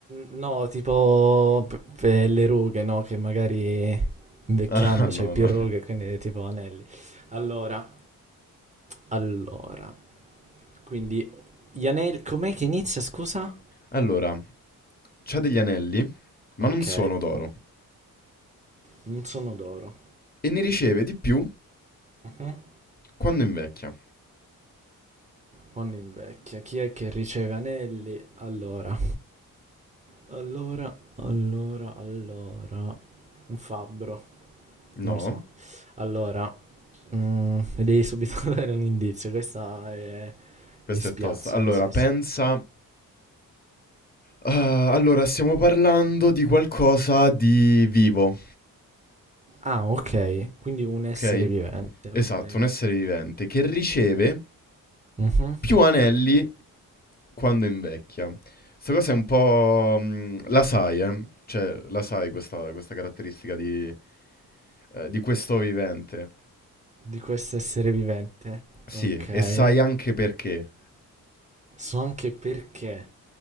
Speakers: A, on the right; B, on the left.
A: no, tipo p- per le rughe, no? Che magari invecchiando
B: <laughs> Ah, no,
A: c'hai più
B: no.
A: rughe, quindi tipo anelli. Allora, allora, quindi gli anelli, com'è che inizia, scusa?
B: Allora, c'ha degli anelli, ma
A: Ok,
B: non sono d'oro.
A: non sono d'oro.
B: E ne riceve di più
A: Mhm.
B: quando invecchia.
A: Quando invecchia, chi è che riceve anelli? Allora, allora, allora, allora, un fabbro,
B: No,
A: non lo so. Allora, Mm, mi devi subito <laughs> dare un indizio. Questa è...
B: questa
A: mi spiazza
B: è tosta. Allora,
A: così,
B: pensa...
A: sì.
B: Ah, allora, stiamo parlando di qualcosa di vivo,
A: Ah, ok. Quindi un essere
B: ok?
A: vivente,
B: Esatto,
A: ok.
B: un essere vivente che riceve
A: Mhm.
B: più anelli quando invecchia. Questa cosa è un po'... mh, la sai, eh? Cioè, la sai questa, questa caratteristica di, eh, di questo vivente.
A: Di questo essere vivente.
B: Sì,
A: Ok.
B: e sai anche perché.
A: So anche perché.